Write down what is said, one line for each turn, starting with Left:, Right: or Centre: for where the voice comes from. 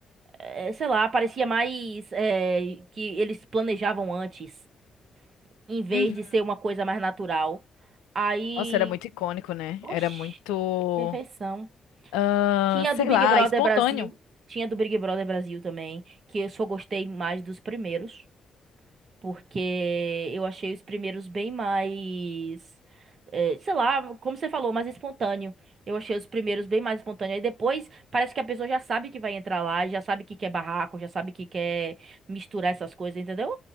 Right: eh, sei lá, parecia mais eh, que eles planejavam antes, em vez
Left: Uhum.
Right: de ser uma coisa mais natural. Aí,
Left: Nossa, era muito icônico, né?
Right: oxi,
Left: Era muito,
Right: perfeição.
Left: ah,
Right: Tinha
Left: sei
Right: a do Big
Left: lá,
Right: Brother
Left: espontâneo.
Right: Brasil, tinha a do Big Brother Brasil também, que eu só gostei mais dos primeiros. Porque eu achei os primeiros bem mais. eh, Sei lá, como você falou, mais espontâneo. Eu achei os primeiros bem mais espontâneo. Aí depois parece que a pessoa já sabe que vai entrar lá, já sabe que quer barraco, já sabe que quer misturar essas coisas, entendeu?